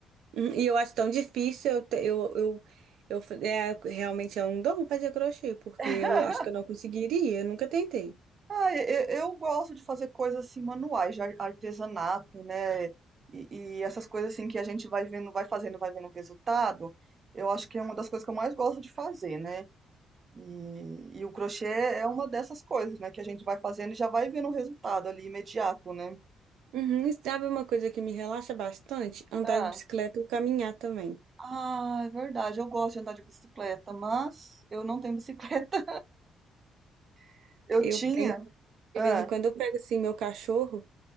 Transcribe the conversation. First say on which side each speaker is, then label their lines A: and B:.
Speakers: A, on the right; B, on the right.
A: Uhum, E eu acho tão difícil eu, te- eu, eu, eu fa- é, realmente é um dom fazer crochê, porque
B: <laughs>
A: eu acho que eu não conseguiria, eu nunca tentei.
B: Ah, eu, eu gosto de fazer coisas assim manuais, de ar- artesanato, né? E, e essas coisas assim que a gente vai vendo, vai fazendo, vai vendo o resultado. Eu acho que é uma das coisas que eu mais gosto de fazer, né? E, e o crochê é uma dessas coisas, né? Que a gente vai fazendo e já vai vendo o resultado ali imediato, né?
A: Uhum, e sabe uma coisa que me relaxa bastante? Andar
B: Ah,
A: de bicicleta ou caminhar também.
B: ah, é verdade. Eu gosto de andar de bicicleta, mas eu não tenho bicicleta. <laughs> Eu
A: Eu
B: tinha.
A: tenho,
B: Ah,
A: de vez em quando eu pego assim meu cachorro